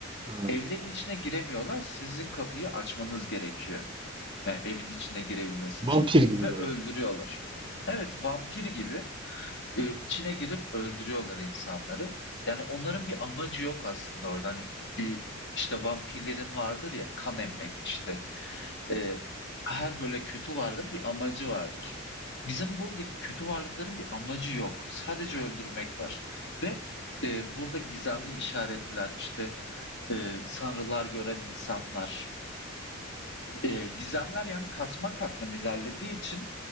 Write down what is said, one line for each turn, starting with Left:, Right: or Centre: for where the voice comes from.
Right: Ha,
Left: Evlerin içine giremiyorlar. Sizin kapıyı açmanız gerekiyor. Yani evin içine girebilmesi
Right: vampir
Left: için
Right: gibi
Left: ve
Right: böyle.
Left: öldürüyorlar. Evet, vampir gibi e, içine girip öldürüyorlar insanları. Yani onların bir amacı yok aslında orada. Hani bir işte vampirlerin vardır ya kan emmek işte Eee, her böyle kötü varlığın bir amacı vardır. Bizim buradaki kötü varlıkların bir amacı yok. Sadece öldürmek var. Ve eee, burada gizemli işaretler, işte eee, sanrılar gören insanlar. Eee, gizemler yani katman katman ilerlediği için